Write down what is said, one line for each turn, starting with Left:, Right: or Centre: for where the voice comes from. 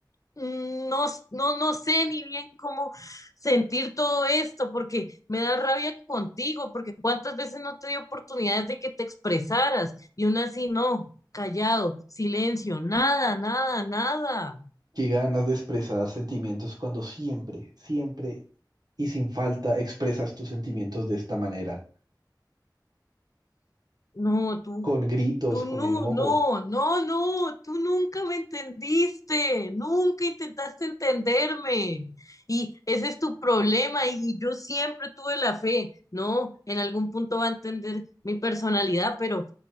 Left: Mm, no, no, no sé ni bien cómo sentir todo esto, porque me da rabia contigo, porque cuántas veces no te di oportunidades de que te expresaras y aún así no, callado, silencio, nada, nada, nada.
Right: Qué ganas de expresar sentimientos cuando siempre, siempre y sin falta expresas tus sentimientos de esta manera,
Left: No, tú
Right: con gritos,
Left: Tú
Right: con
Left: no,
Right: enojo.
Left: no, no, no, tú nunca me entendiste, nunca intentaste entenderme. Y ese es tu problema y yo siempre tuve la fe. No, en algún punto va a entender mi personalidad, pero